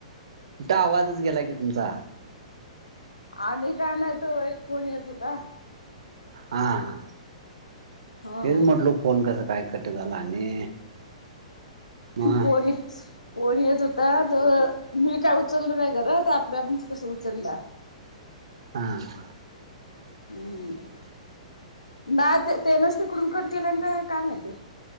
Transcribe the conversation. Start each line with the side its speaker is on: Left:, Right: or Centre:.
Right: कुठं आवाजच गेला कि तुमचा.
Left: आणि काय नाही तो एक फोन येत होता.
Right: हा हां तेच
Left: हा
Right: म्हटल फोन कस काय कट झाला आणि. मग
Left: फोन फोन येत होता. आता मी काय उचलला नाही खर तर आपल्याच कसं उचलला.
Right: हा हां
Left: हम्म बा ते त्यानच तिकडून कट केल्यान का काय माहित.